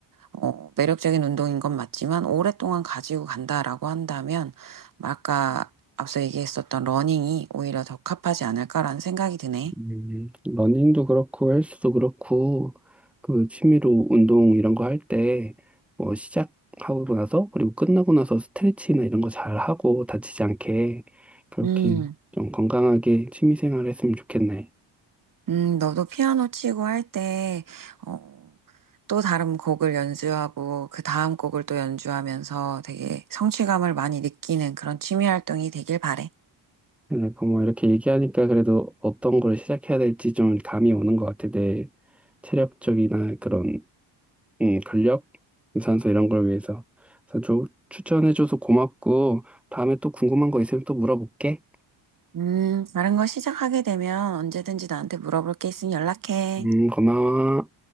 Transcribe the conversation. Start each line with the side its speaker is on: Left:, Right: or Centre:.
Right: 어, 매력적인 운동인 건 맞지만 오랫동안 가지고 간다라고 한다면 아까 앞서 얘기했었던 러닝이 오히려 적합하지 않을까라는 생각이 드네.
Centre: 음, 러닝도 그렇고 헬스도 그렇고 그 취미로 운동 이런 거 할 때 뭐 시작하고 나서 그리고 끝나고 나서 스트레칭이나 이런 거 잘 하고 다치지 않게 그렇게
Right: 음.
Centre: 좀 건강하게 취미 생활 했으면 좋겠네.
Right: 음, 너도 피아노 치고 할 때, 어, 또 다른 곡을 연주하고, 그 다음 곡을 또 연주하면서 되게 성취감을 많이 느끼는 그런 취미 활동이 되길 바래.
Centre: 그러니까 뭐 이렇게 얘기하니까 그래도 어떤 걸 시작해야 될지 좀 감이 오는 것 같아. 내 체력적이나 그런 음, 근력, 유산소 이런 걸 위해서. 그래서 좀 추천해줘서 고맙고 다음에 또 궁금한 거 있으면 또 물어볼게.
Right: 음, 다른 거 시작하게 되면 언제든지 나한테 물어볼 게 있으면 연락해.
Centre: 음, 고마워.